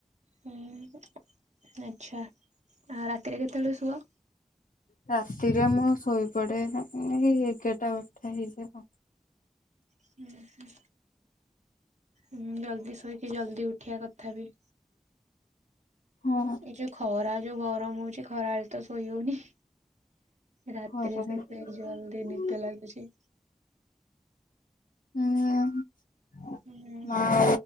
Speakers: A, on the right; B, on the left.
A: ହୁଁ ଆଚ୍ଛା ରାତିରେ କେତେବେଳେ ଶୁଅ?
B: ରାତିରେ ମୁଁ ଶୋଇପଡେ ଏଇ ଏଗାରଟା ବାରଟା ହେଇଯାଏ ହଁ।
A: ହୁଁ ହୁଁ ହୁଁ ଜଲ୍ଦି ଶୋଇକି ଜଲ୍ଦି ଉଠିଆ କଥା ବି।
B: ହଁ।
A: ଏଇ ଯୋଉ ଖରା ଯୋଉ ଗରମ ହଉଚି ଖରାବେଳେ ତ ଶୋଇ ହଉନି। ରାତିରେ
B: ଖରାରେ
A: ସେଥିପାଇଁ
B: ହୁଁ।
A: ଜଲଦି ନିଦ ଲାଗୁଛି।
B: ହୁଁ
A: ହୁଁ
B: ମାଆ